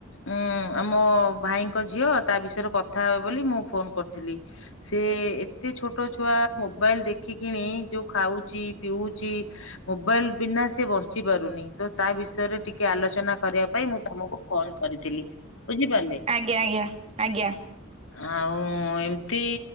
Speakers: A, on the left (about 65°); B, on the right (about 30°).
A: ଉଁ ମୋ ଭାଇଙ୍କ ଝିଅ, ତା ବିଷୟରେ କଥା ହେବେ ବୋଲି, ମୁଁ ଫୋନ୍ କରିଥିଲି। ସେ ଏତେ ଛୋଟ ଛୁଆ, ମୋବାଇଲ୍ ଦେଖିକିଣି, ଯୋଉ ଖାଉଚି, ପିଉଚି ମୋବାଇଲ୍ ବିନା ସେ ବଞ୍ଚି ପାରୁନି, ତ ତା ବିଷୟରେ ଟିକେ ଆଲୋଚନା କରିବା ପାଇଁ ମୁଁ ତମକୁ ଫୋନ୍ କରିଥିଲି, ବୁଝିପାରିଲେ?
B: ଆଜ୍ଞା ଆଜ୍ଞା ଆଜ୍ଞା
A: ଆଉ ଏମିତି